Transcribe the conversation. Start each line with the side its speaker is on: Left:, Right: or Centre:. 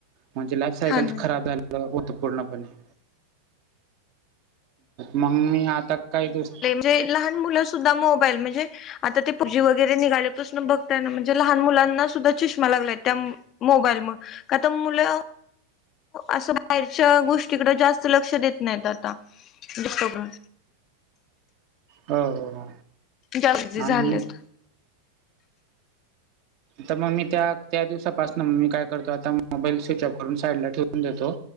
Right: म्हणजे लाईफ सायकल
Left: हा ना
Right: खराब झाल होत पूर्णपणे मग मी आता काय दिवस
Left: ते लहान मुलं सुुद्धा मोबाईल म्हणजे. आता ते पबजी वगैरे निघालेपासन बघताय ना म्हणजे लहान मुलांना सुद्धा चष्मा लागलाय त्या मोबाईलमुळं का तर मुलं असं बाहेरच्या गोष्टीकड जास्त लक्ष देत नाहीत आता दे सोडून
Right: हो, हो, हो
Left: जास्ती झालेत
Right: आणि मग तर मी त्या दिवसापासून मी काय करतो आता मोबाईल स्विच ऑफ करून साईडला ठेवून देतो.